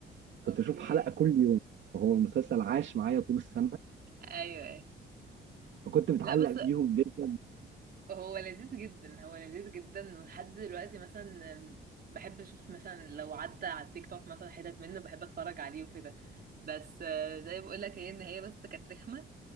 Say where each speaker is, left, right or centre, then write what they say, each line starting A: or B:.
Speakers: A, on the right (about 65°); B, on the right (about 50°).
A: كنت
B: اوكي
A: اشوف حلقه كل يوم وهو المسلسل عاش معايا طول السنه
B: ايوه ايوه
A: فكنت متعلق
B: لا بس
A: بيهم جدا
B: هو لذيذ جدا هو لذيذ جدا ولحد دلوقتي مثلا بحب اشوف مثلا لو عدى على التيك توك مثلا حتت منه بحب اتفرج عليه وكده بس آه، زي بقول لك هي ان هي بس كانت رخمه